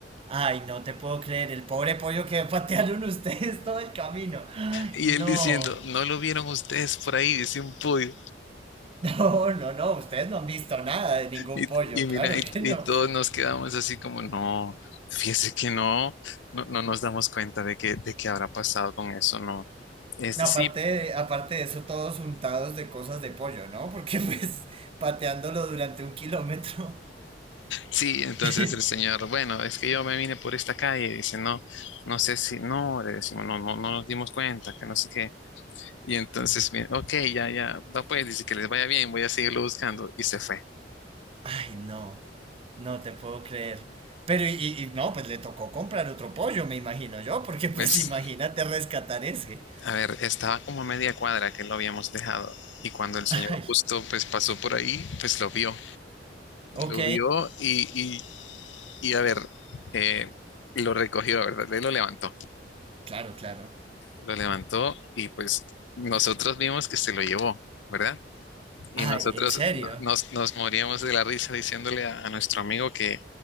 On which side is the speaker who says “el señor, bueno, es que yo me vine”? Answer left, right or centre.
Left